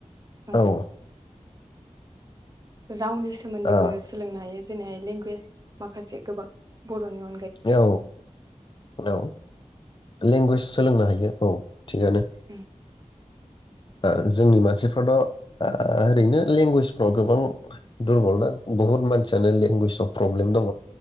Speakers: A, on the right; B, on the left.
A: ओं
B: औ।
A: रावनि सोमोन्दैबो
B: औ
A: सोलोंनो हायो। जेनैहाय लेंगुवेज माखासे गोबां बर'नि अन
B: औ औ लेंगुवेज सोलोंनो हायो औ थिगानो।
A: औ
B: ओ जोंनि मानसिफ्राथ ओ ओरैनो लेंगुवेजफ्राव गोबां दुरबल दा बुहुत मानसियानो लेंगुवेजाव प्रब्लेम दङ।
A: औ